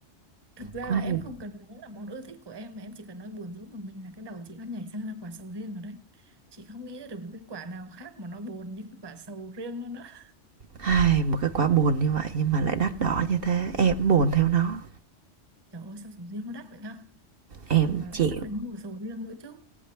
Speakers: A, on the right; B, on the right.
A: thực ra
B: Quả
A: là em
B: gì?
A: không cần nói là món ưa thích của em mà em chỉ cần nói buồn rũ của mình là cái đầu chị nó nhảy sang là quả sầu riêng rồi đấy chị không nghĩ ra được một cái quả nào khác mà nó buồn như cái quả sầu riêng luôn á
B: Ai, một cái quả buồn như vậy nhưng mà lại đắt đỏ như thế, em buồn theo nó.
A: trời ơi sao sầu riêng nó đắt vậy ta
B: Em
A: mà lại
B: chịu.
A: sắp đến mùa sầu riêng nữa chứ